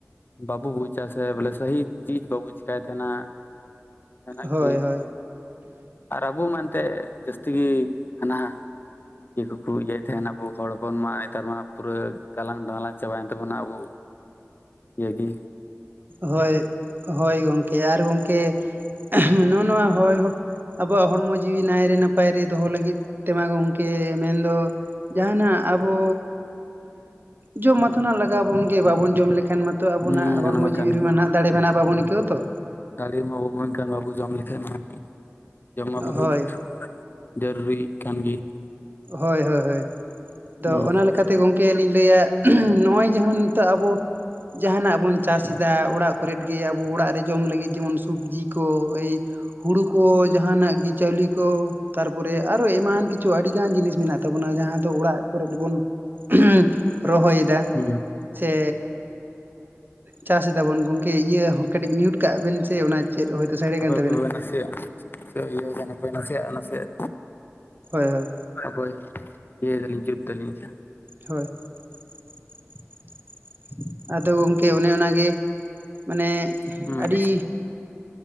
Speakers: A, on the left; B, on the right.
A: ᱵᱟᱵᱩ ᱵᱩᱡᱟ ᱥᱮ ᱵᱚᱞᱮ ᱥᱟᱦᱤ ᱪᱤᱡᱽ ᱵᱟᱵᱩ ᱪᱤᱠᱟᱭ ᱛᱟᱦᱮᱱᱟ᱾ ᱡᱟᱦᱟᱸ ᱱᱟᱜ
B: ᱦᱳᱭ
A: ᱜᱤ᱾
B: ᱦᱳᱭ
A: ᱟᱨ ᱟᱵᱚ ᱢᱮᱱ ᱛᱮ ᱡᱟᱹᱥᱛᱤ ᱜᱮ ᱦᱟᱱᱟ ᱤᱭᱟᱹ ᱠᱳᱠᱳ ᱤᱭᱟᱹ᱾ ᱛᱟᱦᱮᱱ ᱟᱵᱚ ᱦᱚᱲ ᱦᱚᱯᱚᱱ ᱢᱟ ᱱᱮᱛᱟᱨ ᱢᱟ ᱯᱩᱨᱟᱹ ᱜᱟᱞᱟᱝ ᱰᱟᱞᱟᱝ ᱪᱟᱵᱟᱭᱮᱱ ᱛᱟᱵᱚᱱᱟ ᱟᱵᱚ ᱭᱟᱹᱦᱤ᱾
B: ᱦᱳᱭ ᱦᱳᱭ ᱜᱚᱝᱠᱮ ᱟᱨ ᱜᱚᱝᱠᱮ ᱱᱚᱜᱼᱚ ᱱᱚᱣᱟ ᱦᱚᱭ ᱦᱚᱸ ᱟᱵᱚᱣᱟᱜ ᱦᱚᱲᱢᱚ ᱡᱤᱣᱤ ᱱᱟᱭᱨᱮ ᱱᱟᱯᱟᱭ ᱨᱮ ᱫᱚᱦᱚ ᱞᱟᱹᱜᱤᱫ ᱛᱮᱢᱟ ᱜᱚᱝᱠᱮ ᱢᱮᱱᱫᱚ ᱡᱟᱦᱟᱸᱱᱟᱜ ᱟᱵᱚ ᱡᱚᱢ ᱢᱟᱛᱚ ᱞᱟᱜᱟᱣ ᱵᱚᱱ ᱜᱮ ᱵᱟᱵᱚᱱ ᱡᱚᱢ ᱞᱮᱠᱷᱟᱱ ᱢᱟ ᱛᱚ ᱟᱵᱚᱱᱟᱜ
A: ᱦᱩᱸ
B: ᱦᱚᱲᱢᱚ
A: ᱚᱱᱟ ᱢᱟ
B: ᱡᱤᱣᱤ
A: ᱠᱟᱱ
B: ᱨᱮᱢᱟ ᱱᱟᱦᱟᱸᱜ ᱫᱟᱲᱮ ᱢᱮᱱᱟᱜᱼᱟ ᱵᱟᱵᱚᱱ ᱟᱹᱭᱠᱟᱹᱣᱟ ᱛᱚ?
A: ᱫᱟᱨᱮ ᱢᱟ ᱵᱟᱵᱚᱱ ᱢᱮᱱᱠᱷᱟᱱ ᱵᱟᱵᱚᱱ ᱡᱚᱢ ᱞᱮᱠᱷᱟᱱ ᱢᱟ ᱡᱚᱢ ᱢᱟ ᱵᱚᱦᱩᱛ
B: ᱦᱳᱭ
A: ᱡᱟᱹᱨᱩᱨᱤ ᱠᱟᱱ ᱜᱮᱭᱟ ᱾
B: ᱦᱳᱭ ᱦᱳᱭ ᱦᱳᱭ ᱟᱫᱚ
A: ᱦᱩᱸ
B: ᱚᱱᱟ ᱞᱮᱠᱟᱛᱮ ᱜᱚᱝ ᱠᱮ ᱞᱤᱧ ᱞᱟᱹᱭᱟ ᱱᱚᱜᱼᱚᱭ ᱡᱮᱢᱚᱱ ᱱᱤᱛᱚᱜ ᱟᱵᱚ ᱡᱟᱦᱟᱸᱱᱟᱜ ᱵᱚᱱ ᱪᱟᱥ ᱫᱟ ᱚᱲᱟᱜ ᱠᱚᱨᱮᱫ ᱜᱮ ᱟᱵᱚ ᱚᱲᱟᱜ ᱨᱮ ᱡᱚᱢ ᱞᱟᱹᱜᱤᱫ ᱡᱮᱢᱚᱱ ᱥᱚᱵᱽᱡᱤ ᱠᱚ ᱮᱭ ᱦᱩᱲᱩ ᱠᱚ ᱡᱟᱦᱟᱸᱱᱟᱜ ᱜᱤ ᱪᱟᱣᱞᱮ ᱠᱚ ᱛᱟᱨᱯᱚᱨᱮ ᱟᱨᱚ ᱮᱢᱟᱱ ᱠᱤᱪᱷᱩ ᱟᱹᱰᱤ ᱜᱟᱱ ᱡᱤᱱᱤᱥ ᱢᱮᱱᱟᱜ ᱛᱟᱵᱚᱱᱟ ᱡᱟᱦᱟᱸ ᱫᱚ ᱚᱲᱟᱜ ᱠᱚᱨᱮ ᱵᱚᱱ ᱩᱸᱦᱩᱸᱻ ᱨᱚᱦᱚᱭᱮᱫᱟ᱾
A: ᱦᱩᱸ
B: ᱥᱮ ᱪᱟᱥ ᱫᱟᱵᱚᱱ ᱜᱚᱝᱠᱮ ᱤᱭᱟᱹ ᱦᱚᱸ ᱠᱟᱹᱴᱤᱡ ᱢᱤᱭᱩᱴ ᱠᱟᱜ ᱵᱮᱱ ᱥᱮ ᱚᱱᱟ᱾ ᱪᱮᱫ ᱦᱳᱭ ᱛᱳ ᱥᱮ
A: ᱟᱯᱮ
B: ᱠᱟᱱ ᱛᱟᱵᱮᱱᱟ
A: ᱯᱮ ᱯᱮᱵᱮᱱᱟ ᱥᱮ, ᱪᱮᱫ ᱯᱮ ᱤᱭᱟᱹ ᱠᱟᱱᱮ ᱠᱚ ᱱᱟᱥᱮᱭᱟᱜ ᱱᱟᱥᱮᱭᱟᱜ,
B: ᱦᱳᱭ ᱦᱳᱭ!
A: ᱚᱠᱚᱭ! ᱤᱭᱟᱹ ᱛᱟᱹᱞᱤᱧ ᱜᱤᱯᱴ ᱛᱟᱹᱞᱤᱧ ᱪᱮᱭᱟ?
B: ᱦᱳᱭ <inaudible> ᱟᱫᱚ ᱜᱚᱝᱠᱮ ᱚᱱᱮ ᱚᱱᱟᱜᱮ ᱢᱟᱱᱮᱜ
A: ᱦᱩᱸ
B: ᱟᱹᱰᱤ